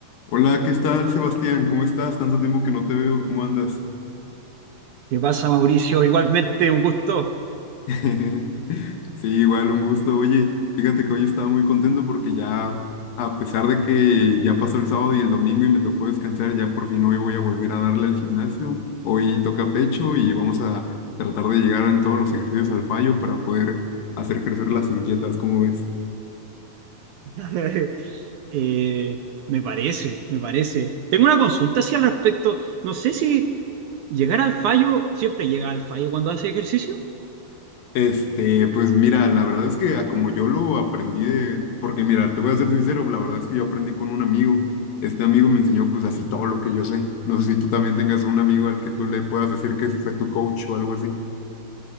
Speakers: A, on the left; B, on the right.
A: Hola, ¿qué tal, Sebastián? ¿Cómo estás? Tanto tiempo que no te veo, ¿cómo andas?
B: ¿Qué pasa, Mauricio? Igualmente, un gusto.
A: <laughs> Sí, igual un gusto. Oye, fíjate que hoy estaba muy contento porque ya, a pesar de que ya pasó el sábado y el domingo y me tocó descansar, ya por fin hoy voy a volver a darle al gimnasio. Hoy toca pecho y vamos a tratar de llegar en todos los ejercicios al fallo para poder hacer crecer las inquietas, ¿cómo ves?
B: <laughs> Eh, me parece, me parece. Tengo una consulta así al respecto. No sé si llegar al fallo, siempre llega al fallo cuando hace ejercicio.
A: Este, pues mira, la verdad es que a como yo lo aprendí de, porque mira, te voy a ser sincero, la verdad es que yo aprendí con un amigo. Este amigo me enseñó pues así todo lo que yo sé. No sé si tú también tengas un amigo al que tú le puedas decir que fue tu coach o algo así.